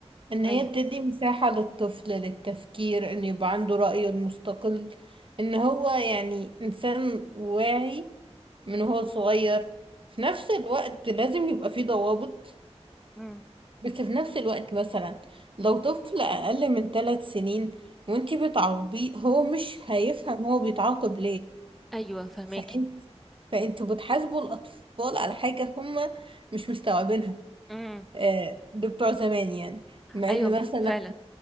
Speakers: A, on the right; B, in the centre.
A: إن هي
B: ايوه
A: بتدي مساحه للطفل للتفكير ان يبقى عنده رايه المستقل ان هو يعني انسان واعي من هو صغير في نفس الوقت لازم يبقى فيه ضوابط
B: مم،
A: بس في نفس الوقت مثلا لو طفل اقل من ثلاث سنين وانتي بتعاقبيه هو مش هيفهم هو بيتعاقب
B: ايوه فهماكي
A: ليه فانتوا بتحاسبوا الاطفال على حاجه هم مش مستوعبينها
B: مم،
A: آه، ده بتوع زمان يعني مع
B: ايوه
A: ان مثلا
B: فعلا